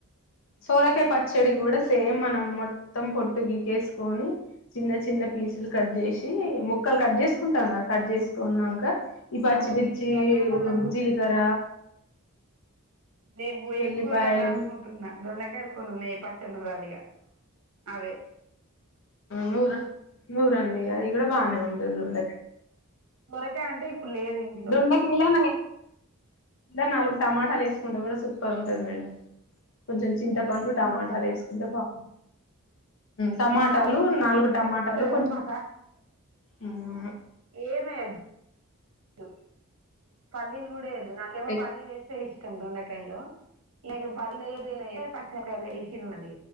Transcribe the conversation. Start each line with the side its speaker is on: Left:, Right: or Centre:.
Left: సోరకాయ పచ్చడి కూడా సేమ్ మనం మొత్తం పొట్టు గికేసుకొని చిన్న చిన్న పీసులు కట్ చేసి ముక్కలు కట్ చేసుకుంటాం కదా కట్ చేసుకున్నాక ఈ పచ్చిమిర్చి
Right: అమ్మ మీరు ఇది అన్నాక
Left: ఉ
Right: నాకు
Left: జీలకర్ర
Right: దేవు
Left: వెల్లిపాయలు
Right: ఏం కూరునల్ అనుకుంట న్నా దొండకాయలు కొన్ని ఉన్నాయి పచ్చడి నూరాలిగా అవే
Left: నూర నూరండి అది కూడా బాగానే ఉంటది దొండ
Right: సొరకాయ అంటే ఇప్పుడు లేదు ఇం
Left: దొండకాయలా <inaudible> నాలుగు టమాటాలు వేసుకుంటే కూడా సూపర్ ఉంటది మేడం కొంచెం చింతపండు
Right: దొండకాయలు టమాటాలా
Left: టమాటాలు వేసుకుంటే బాగుం టమాటాలు
Right: బాగుంటది
Left: నాలుగు టమాటా టాలు కొంచం
Right: కానీ మా
Left: ఉమ్
Right: ఏమేయ్యద్దు పల్లీలు కూడా వెయ్యద్దు నాకేమో
Left: ఎక్
Right: పల్లీలు ఎస్తే ఇష్ ష్టం దొండకాయలో ఈయనకు పల్లీలు వెయ్యద్దు ఏమయ్యద్దు పచ్చిమిరపకాయలు వేసిిన మది